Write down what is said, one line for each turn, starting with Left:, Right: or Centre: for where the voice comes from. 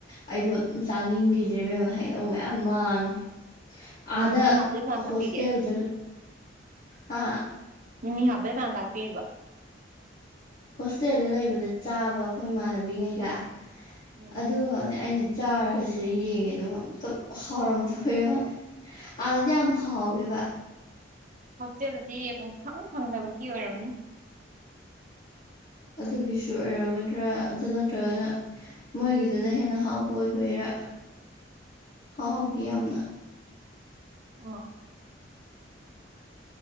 Left: ꯑꯩꯗꯣ ꯑꯗꯨꯝ ꯆꯥꯅꯤꯡꯈꯤꯗ꯭ꯔꯦ ꯏꯕꯦꯝꯝ ꯍꯩꯅꯧ ꯃꯌꯥꯝ ꯃꯥꯡꯉꯦ ꯑꯥꯗ
Right: ꯃꯤꯃꯤ ꯍꯥꯞꯄꯗꯤ ꯀꯅꯥꯅ
Left: ꯍꯣꯁꯇꯦꯜꯗ
Right: ꯇꯥꯛꯄꯤꯒꯦ
Left: ꯍꯥ
Right: ꯃꯤꯃꯤ ꯍꯥꯞꯄꯗꯤ ꯀꯅꯥꯅ ꯇꯥꯛꯄꯤꯔꯤꯕ
Left: ꯍꯣꯁꯇꯦꯜꯗ ꯂꯩꯕꯗ ꯆꯥꯕ ꯑꯩꯈꯣꯏ ꯏꯃꯥꯟꯅꯕꯤꯒꯩꯒ
Right: ꯎꯝ
Left: ꯑꯗꯨꯒꯅꯦ ꯑꯩꯅ ꯆꯥꯔꯒ ꯁꯤꯗ ꯌꯦꯡꯉꯦ ꯑꯗꯨꯒ ꯑꯝꯇ ꯍꯥꯎꯔꯝꯗꯕꯩ ꯋꯥꯅꯦ ꯑꯥꯗꯗꯤ ꯌꯥꯝ ꯍꯥꯎꯋꯦꯕ
Right: ꯍꯣꯁꯇꯦꯜꯗꯗꯤ ꯄꯨꯡꯐꯪ ꯐꯪꯗꯕꯒꯤ ꯑꯣꯏꯔꯝꯅꯤ
Left: ꯑꯗꯨꯒꯤꯁꯨ ꯑꯣꯏꯔꯝꯒꯗ꯭ꯔꯥ ꯑꯗꯨ ꯅꯠꯇ꯭ꯔꯒꯅ ꯃꯣꯏꯒꯤꯗꯨꯅ ꯍꯦꯟꯅ ꯍꯥꯎꯕ ꯑꯣꯏꯕꯩꯔꯥ ꯍꯥꯎꯒꯤ ꯌꯥꯝꯅ
Right: ꯑ